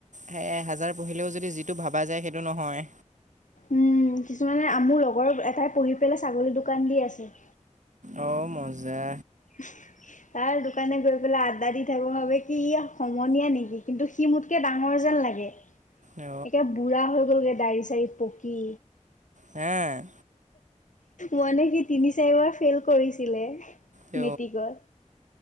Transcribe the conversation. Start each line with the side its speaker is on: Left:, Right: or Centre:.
Right: সে এহেজাৰ পঢ়িলেও যদি যিটো ভাবা যায় সেইটো নহয়।
Left: উম' কিছুমানে মোৰ লগৰ এটাই পঢ়ি পেলাই ছাগলী দোকান দি আছে।
Right: অঁ মজা।
Left: <unintelligible> তাৰ দোকানলে গৈ পেলাই আড্ডা দি থাকো ভাবে কি ই সমনীয়া নিকি কিন্তু সি মোতকে ডাঙৰ যেন লাগে।
Right: অঁ
Left: একে বুঢ়া হৈ গ'লগে দাড়ি চাড়ি পকি।
Right: এ
Left: মানে কি তিনি চাৰিবাৰ ফেইল কৰিছিলে
Right: অ'
Left: মেট্ৰিকত।